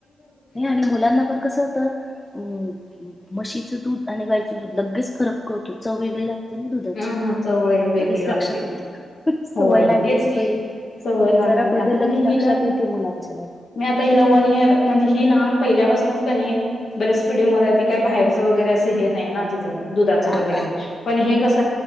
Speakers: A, on the left (about 20°); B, on the left (about 65°).
A: आणि मुलांना पण कसं होत अ म्हशीचं दूध आणि गायचं दूध लगेच फरक कळतो चव वेगळी लागते. दुधाची
B: ह चव वेगळी
A: लगेच
B: लागते.
A: लक्षात येते सवय
B: होय
A: लागलेली
B: तेच की
A: पहिली.
B: सवय
A: की
B: लागली
A: जरा बदललं
B: आता मी
A: की लक्षात
B: हिला
A: येते मुलांच्या नाही
B: मी आता हिला वन इयर म्हणजे हि ना- पहिल्यापासूनच का नाही ब्रेस्ट फिडिंग वर आहे ती काय बाहेरचं वगैरे असं हे नाही ना तिज. दुधाचं
A: हा
B: वगैरे
A: हा हा
B: पण हे कस?